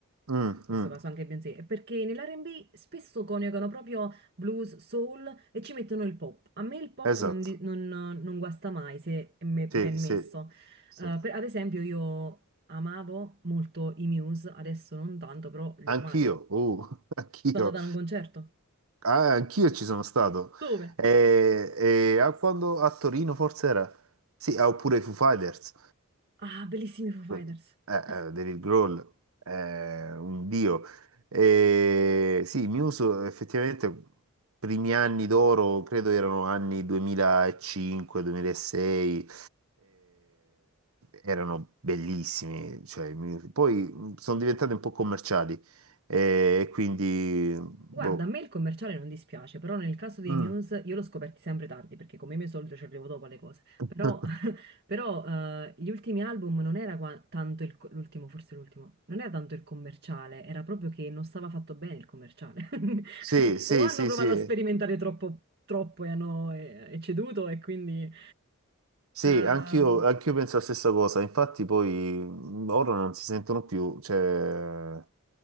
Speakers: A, on the right; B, on the right.
A: Mm, mm.
B: questo caso anche Beyoncé, perché nell'R&B spesso coniugano proprio blues, soul e ci mettono il pop. A me il pop
A: Esatto,
B: non, di- non- non guasta mai se è me-
A: sì,
B: ben
A: sì,
B: messo.
A: sì.
B: Eh, per- ad esempio io amavo molto i Muse, adesso non tanto, però li
A: Anch'io,
B: ho amati.
A: uh, <laughs> anch'io,
B: Sono andata a un concerto.
A: Ah, anch'io ci sono stato.
B: Dove?
A: E, e- ah, quando a Torino forse era? Sì, ah, oppure i Foo Fighters.
B: Ah, bellissimi Foo Fighters.
A: Eh, eh,
B: <laughs>
A: David Grohl è un dio. Eh, sì, Muse effettivamente primi anni d'oro, credo erano anni 2005-2006, erano bellissimi. cioè, i Muse. poi mh, sono diventati un po' commerciali eh, e quindi... boh.
B: Guarda, a me il commerciale non dispiace, però nel caso dei
A: Mm.
B: Muse io l'ho scoperti sempre tardi, perché come mio solito ci arrivo dopo alle cose.
A: <laughs>
B: Però Però eh, gli ultimi album non era qua- tanto il, co- l'ultimo, forse l'ultimo, non era tanto il commerciale, era proprio che non stava fatto bene il commerciale. <laughs>
A: Sì, sì,
B: O hanno
A: sì,
B: provato
A: sì. sì.
B: a sperimentare troppo, troppo e hanno eh, e ceduto e quindi
A: Sì,
B: ehm,
A: anch'io anch'io penso la stessa cosa, infatti poi mh, ora non si sentono più, cioè